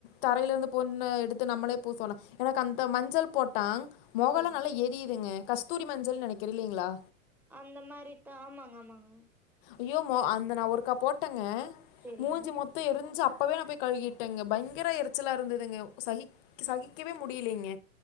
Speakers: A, on the left; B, in the centre.
A: தரையில இருந்து பொண்ணு எடுத்து நம்மளே பூ சொல்லா எனக்கு அந்த மஞ்சள் போட்டா மொகல்லா
B: செரி
A: நல்லா எரியுதுங்க கஸ்தூரி மஞ்சள்னு நெனைக்கிற இல்லங்ளா
B: அந்த மாறி தா ஆமாங்க ஆமாங்க
A: ஐய்யோ மொ அந்த நா ஒருக்கா போட்டேங்க
B: செரிங்க
A: மூஞ்சு மொத் தோ எரிஞ்சு அப்பவே நா போய் கழுகிட்டேங்க பயங்கர எரிச்சலா இருந்ததுங்க சகிக் சகிக்கவே முடியலைங்க